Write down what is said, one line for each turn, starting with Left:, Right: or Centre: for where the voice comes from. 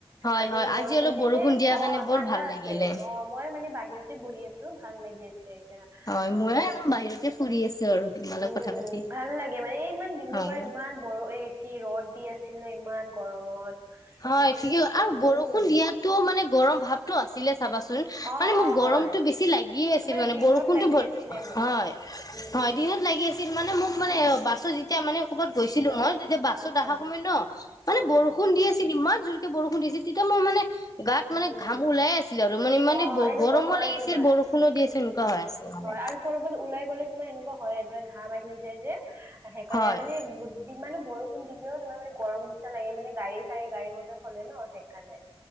Left: হয়
Right: আজি
Left: হয়
Right: বৰষুণ
Left: অলপ
Right: দিছে
Left: দিয়াৰ
Right: অ',
Left: কাৰণে বৰ
Right: ঠাণ্ডা
Left: ভাল লাগিলে
Right: আছে, অ', মই মানে বাহিৰতে বহি আ চো, ভাল লাগি আছে। এতিয়া
Left: হয়, ময়ো
Right: তোমাৰ
Left: বাহিৰতে ফুৰি আছোঁ আৰু। তোমালত
Right: উম,
Left: কথা
Right: উম
Left: পাতি
Right: ভাল লাগে মানে এই ইমান দিনৰ
Left: হয়
Right: পৰা ইমান বৰ এই কি ৰ'দ দি আছিলে ইমান গৰমত
Left: হয়,
Right: কেনেকা
Left: ঠিকে
Right: থাকি
Left: আৰু
Right: আছো
Left: বৰষুণ
Right: উম
Left: দিয়াটো মানে গৰম ভাৱটো আছিলে চাবাচোন
Right: অ
Left: মানে মোক
Right: অ
Left: গৰ
Right: হয়
Left: গৰমটো বেছি লাগিয়ে আছিল
Right: তোমাৰ
Left: মানে
Right: দিনত
Left: বৰষুণতো
Right: লাগি
Left: হয়,
Right: আছিলে সেনেকুৱা। উম,
Left: হয়,
Right: উম,
Left: দিনত লাগি আ চিৰ মানে মোক মানে বাচ তেতিয়া মানে ক'ৰবাত গৈছিলোঁ মই তেতিয়া বাছত
Right: আচ্ছা।
Left: আহা সময় ন! মানে
Right: অ',
Left: বৰষুণ
Right: অ',
Left: দি আছি ইমান জোৰকে বৰষুণ দি আছিল তেতিয়া মই মানে গাত
Right: উম,
Left: মানে
Right: উম,
Left: ঘাম ওলায়ে আছিল আৰু মানে ইমানে
Right: অ',
Left: ব-গৰমো
Right: এনেকুৱা হয়
Left: লাগিছিল,
Right: তোমাৰ।
Left: বৰষুণো দি
Right: উম,
Left: আছিল এনেকুৱা
Right: উম।
Left: হৈ আছিল মানে
Right: হয় আৰু কৰ'বাত ওলাই গ'লে তোমাৰ এনেকুৱা হয়ে <unintelligible> ঘাম আহি যায় যে, সেইকাৰণে
Left: হয়
Right: মানে যিমানো বৰষুণ দিলেও তোমাৰ মানে গৰম নিচিনা লাগে মানে গাড়ী, চাড়ী, গাড়ী মটৰ চলে ন! সেইকাৰণে।